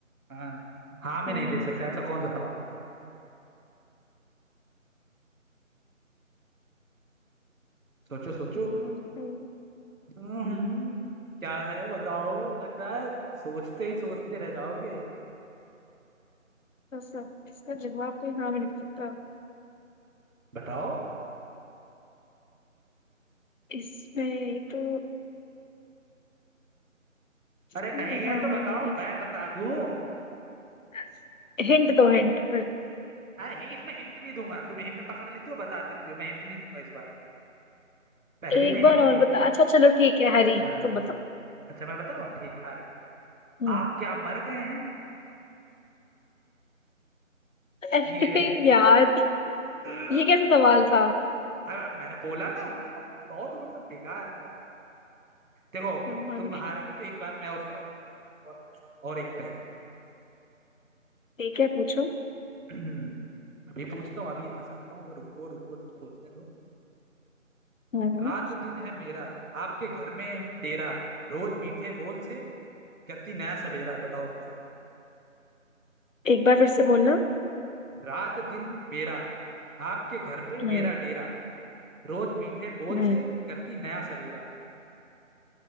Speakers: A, on the right (about 75°); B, on the left (about 70°).
A: हाँ हाँ में
B: हाँ
A: नहीं
B: में
A: दे
B: नहीं
A: सकता
B: दे सकता
A: ऐसा कौन सा सवाल सोचो सोचो
B: जवाब कोई-
A: हम्म, क्या है बताओ लग रहा है सोचते ही सोचते रह जाओगे
B: ऐसा- इसका जवाब कोई हाँ में नहीं दे सकता
A: बताओ
B: इसमें ये तो इसमें
A: अरे नहीं है
B: हाँ
A: तो
B: में
A: बताओ
B: नहीं दे
A: मैं बता दूं
B: सकता। हिंट दो हिंट फिर
A: अरे इसमें हिंट नहीं दूंगा तुम हिंट पकड़ लेती हो बता देती हो मैं हिंट नहीं दूंगा इस बार पहली
B: एक
A: में हिंट
B: बार और
A: तो
B: बता अच्छा चलो ठीक है हरी
A: हाँ
B: तुम बताओ
A: अच्छा मैं बताऊँ ठीक है हार गए
B: हम्म
A: आप क्या मर गए हैं
B: अरे
A: ये
B: यार
A: है
B: ये कैसा सवाल था
A: अब मैंने बोला ना मतलब बहुत मतलब बेकार था देखो
B: हमारे
A: तुम हार गई तो एक बार मैं और सवाल पूछूं, और पूछूं, और एक पहेली
B: ठीक है पूछो
A: <clears throat> अभी पूछता हूँ अभी फंसाता हूँ रुको रुको रुको सोचने दो
B: हम्म
A: रात
B: हम्म।
A: दिन है मेरा आपके घर में डेरा रोज मीठे बोल से करती नया सवेरा बताओ क्या
B: एक बार फिर से बोलना
A: रात दिन मेरा आपके घर पे
B: हम्म
A: मेरा डेरा रोज मीठे बोल
B: हम्म।
A: से करती नया सवेरा